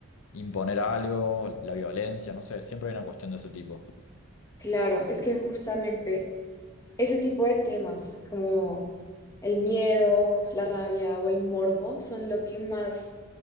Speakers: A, on the left (about 70°); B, on the left (about 15°).
A: imponer algo, la violencia, no sé, siempre hay una cuestión de ese tipo.
B: Claro, es que justamente ese tipo de temas, como El miedo, la rabia o el morbo son lo que más